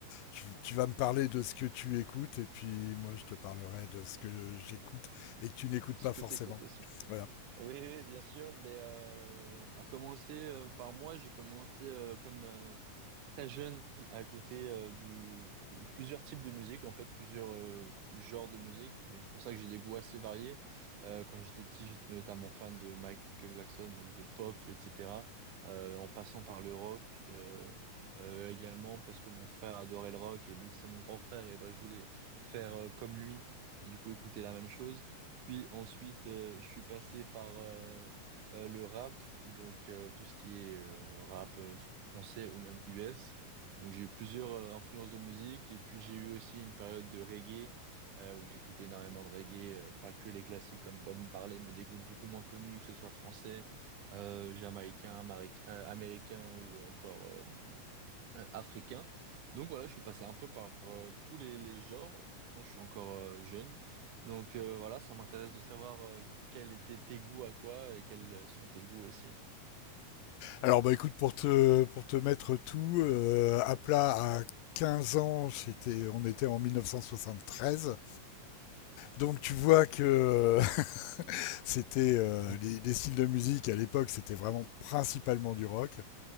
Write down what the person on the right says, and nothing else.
Ce
que
t'écoutes aussi.
Oui, oui, bien sûr. Mais euh, à commencer euh, par moi, j'ai commencé euh, comme euh, très jeune à écouter euh, du pl- plusieurs types de musique, en fait, plusieurs euh, genres de musique. Donc c'est pour ça que j'ai des goûts assez variés. Euh, quand j'étais petit, j'étais notamment fan de Michael Jackson, donc de pop, etc. euh, en passant par le rock. euh, euh, également parce que mon frère adorait le rock et vu que c'est mon grand frère et ben je voulais faire euh, comme lui et du coup écouter la même chose puis ensuite, euh, je suis passé par euh, euh, le rap, donc euh, tout ce qui est euh, rap euh, français ou même US. Donc j'ai eu plusieurs euh, influences de musique et puis j'ai eu aussi une période de reggae euh, où j'écoutais énormément de reggae, euh, pas que les classiques comme Bob Marley, mais des groupes beaucoup moins connus, que ce soit français, euh, jamaïcain, mari- euh, américain ou encore euh, euh, africain. Donc voilà, je suis passé un peu par euh, tous les, les genres, et pourtant je suis encore euh, jeune. Donc euh, voilà, ça m'intéresse de savoir euh, quels étaient tes goûts à toi et quels euh, sont tes goûts aussi.
<laughs>